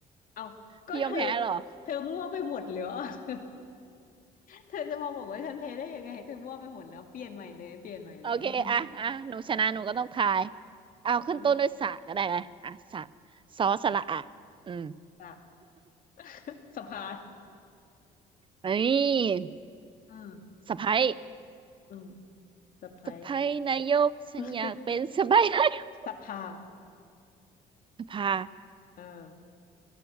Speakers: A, on the left; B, on the right.
A: เอาก็เธอ
B: พี่ยอมแพ้เหรอ
A: เธอมั่วไปหมดเลยอ่ะ <laughs> เธอจะมาบอกว่าฉันเพ้ได้ยังไงเธอมั่วไปหมดแล้วเปลี่ยนใหม่เลยเปลี่ยนใหม่เลย
B: โอเคอ่ะอ่ะหนูชนะหนูก็ต้องทาย
A: <laughs> อ่ะ
B: เอาขึ้นต้นด้วยสระก็ได้ไงอ่ะสระ
A: อ่า
B: สอสระอะอืม
A: สะ <laughs> สภา
B: นี่
A: อ่า
B: สะใภ้
A: อืมสะไพร
B: สะใภ้นายกฉันอยากเป็นสะใภ้นายก
A: <laughs> สภา
B: สภา
A: เออ